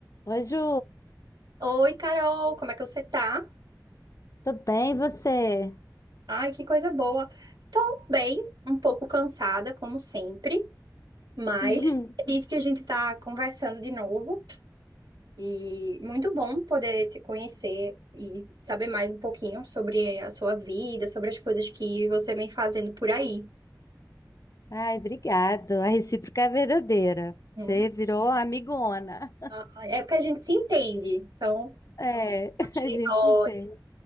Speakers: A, on the left (about 50°); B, on the right (about 70°).
A: Oi, Ju.
B: Oi, Carol, como é que você tá?
A: Tudo bem, e você?
B: Ai, que coisa boa. Tô bem, um pouco cansada, como sempre, mas
A: <laughs>
B: feliz que a gente tá conversando de novo. E muito bom poder te conhecer e saber mais um pouquinho sobre a sua vida, sobre as coisas que você vem fazendo por aí.
A: Ai, obrigado. A recíproca é verdadeira.
B: Hum.
A: Você virou amigona.
B: Ah, É porque a gente se entende, então
A: É, <laughs>
B: achei
A: a gente
B: ótimo.
A: se entende.